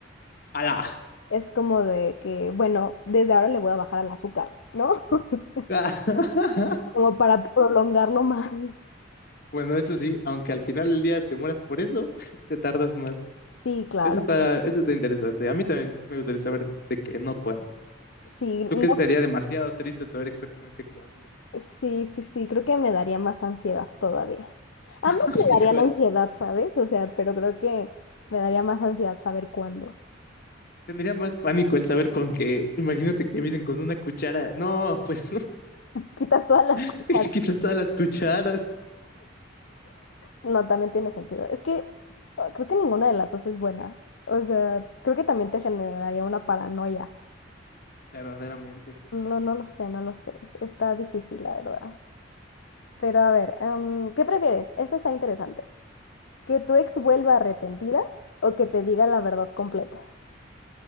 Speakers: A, on the left; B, on the left.
A: ¡Hala!
B: es como de que, bueno, desde ahora le voy a bajar al azúcar, ¿no? <laughs>
A: <laughs>
B: Como para prolongarlo más.
A: Bueno, eso sí, aunque al final del día te mueras por eso, <laughs> te tardas más.
B: Sí, claro.
A: Eso está, eso está interesante. A mí también me gustaría saber de qué, no cuándo.
B: Sí, no-
A: Tú que sería demasiado triste saber exactamente cuándo,
B: sí, sí, sí, creo que me daría más ansiedad todavía. Ambos
A: <laughs>
B: me
A: amigo.
B: darían ansiedad, ¿sabes? O sea, pero creo que me daría más ansiedad saber cuándo.
A: Tendría más pánico el saber con qué. Imagínate que me dicen con una cuchara. No, pues
B: Quitas todas las
A: <laughs>
B: cosas.
A: quito todas las cucharas.
B: No, también tiene sentido. Es que ah, creo que ninguna de las dos es buena. O sea, creo que también te generaría una paranoia.
A: Verdaderamente.
B: No, no lo sé, no lo sé. Es- Está difícil, la verdad. Pero a ver, em, ¿qué prefieres? Esta está interesante. ¿Que tu ex vuelva arrepentida o que te diga la verdad completa?